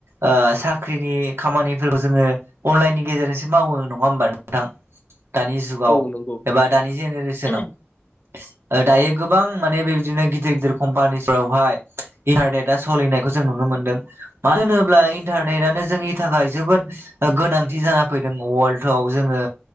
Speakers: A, on the right; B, on the left.
A: ओ साख्रिनि खामानिफोरखौ जोङो अनलाइननि गेजेरजोंसो मावो नङा होमबा नोंथां दानि जुगाव
B: औ नंगौ
A: एबा दानि जेनेरेसनाव
B: औ
A: दायो गोबां माने बेबायदिनो गिदिर गिदिर कम्पानिफोरावहाय इन्टारनेटा सोलिनायखौ जों नुनो मोन्दों मानो होनोब्ला इन्टारनेटानो जोंनि थाखाय जोबोद गोनांथि जाना फैदों वर्ल्डआव जोङो